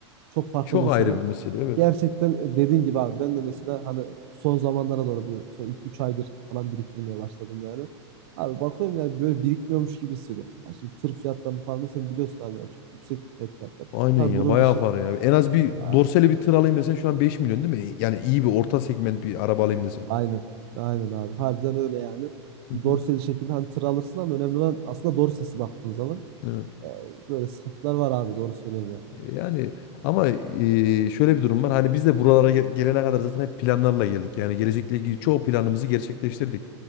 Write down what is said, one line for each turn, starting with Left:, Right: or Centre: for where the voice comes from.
Right: çok farklı
Left: Çok
Right: mesele.
Left: ayrı bir mesele evet.
Right: Gerçekten e, dediğin gibi abi ben de mesela hani son zamanlara doğru bu son iki üç aydır falan biriktirmeye başladım yani. Abi bakıyorum yani böyle birikmiyormuş gibi hissediyorum. Yani şimdi tır fiyatlarını falan da sen biliyorsun abi yani çok yüksek ev fiyatları.
Left: Aynen
Right: Tabii
Left: ya
Right: bunun
Left: bayağı
Right: dışı
Left: para ya. En az bir
Right: A-
Left: dorsali bir tır alayım desen şu an beş milyon değil mi? E, Yani iyi bir orta segment bir araba alayım desen.
Right: aynen aynen abi harbiden öyle yani.
Left: Hı hı.
Right: Dorseli şekilde hani tır alırsın ama önemli olan aslında dorsesi baktığın zaman
Left: Evet.
Right: e, böyle sıkıntılar var abi doğru söylüyorsun yani.
Left: E, Yani ama e, şöyle bir durum var. Hani biz de buralara ge- gelene kadar zaten hep planlarla geldik. Yani gelecekle ilgili çoğu planımızı gerçekleştirdik.